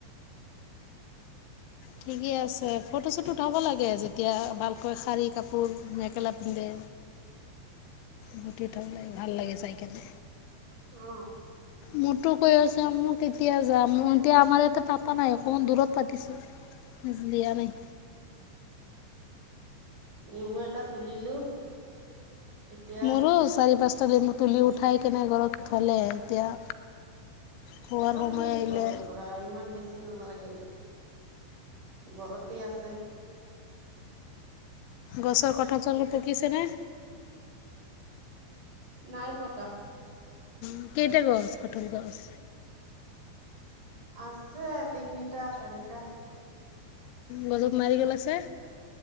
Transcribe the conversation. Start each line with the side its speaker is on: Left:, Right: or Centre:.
Left: ঠিকে আছে ফটো-চুটো উঠাব লাগে যেতিয়া ভালকৈ শাৰী কাপোৰ মেখেলা পিন্ধে।
Right: <unintelligible>
Left: ঘটি উ থব লাগে ভাল লাগে চাই কিনে
Right: আহ
Left: মোৰতো কৈ আছো মই কেতিয়া যাম মোৰ এতিয়া আমাৰ ইয়াতে পাতা নাই অকমান দূৰত পাতিছো। বজ লিয়া নাই।
Right: <inaudible> নেমু এটা তুলিলো এতিয়া
Left: মোৰো চাৰি পাঁচটা দিন তুলি উঠাই কেনে ঘৰত থলে এতিয়া খোৱাৰ
Right: এটা
Left: সময়
Right: তুলিছোঁ
Left: আহিলে
Right: গছৰ পৰা ইমান বেছি নালাগে। ঘৰতেই আছে
Left: গছৰ কঁঠাল চঠাল পকিছে নে?
Right: নাই পকা।
Left: উ কেইটা গছ কঁঠাল গছ?
Right: আছে তিনিটা চাৰিটা।
Left: গছত নাৰিকল আছে?